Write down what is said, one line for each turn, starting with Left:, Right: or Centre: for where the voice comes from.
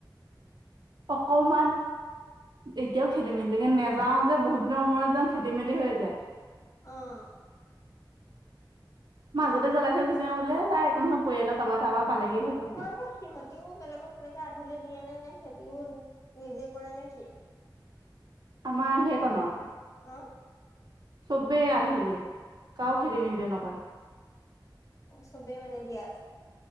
Right: অকমান, এতিয়াও খেলি মেলিকে নেজ- যাওঁ যে বহুত দিনৰ মূৰত যাওঁ খেলি মেলি হৈ যায়। <unintelligible>
Left: অঁ। <unintelligible>
Right: মাজতে জ্বলাই থৈ গুচি গ'ল বোলে তাই একো নকলে পৰিয়ালৰ কাৰোবাৰ পৰা পালেগে হ'ল আৰু। <unintelligible>
Left: আকৌ সিহঁতিও বেলেগক তেনেকে আধিলে দিয়ে নে-নে সিহঁতিও নিজে কৰে নে কি? <unintelligible>
Right: আমাৰ সেইকনৰ? <unintelligible>
Left: অঁ <unintelligible>
Right: চবেই আধি দিয়ে। কাৰো খেতি নিজে নকৰে? <unintelligible>
Left: অঁ চবেই মানে দিয়া আছে। <unintelligible>